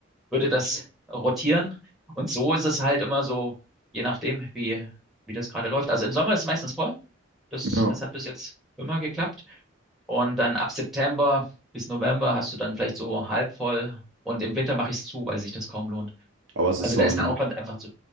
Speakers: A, in the centre; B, on the right.
A: würde das rotieren. Und so ist es halt immer so, je nachdem, wie, wie das gerade läuft. Also im Sommer ist es meistens voll. Das,
B: ja.
A: das hat bis jetzt immer geklappt. Und dann ab September bis November hast du dann vielleicht so halb voll. Und im Winter mache ich es zu, weil sich das kaum lohnt.
B: Aber es
A: Also
B: ist so
A: da ist
B: ein,
A: der Aufwand einfach zu,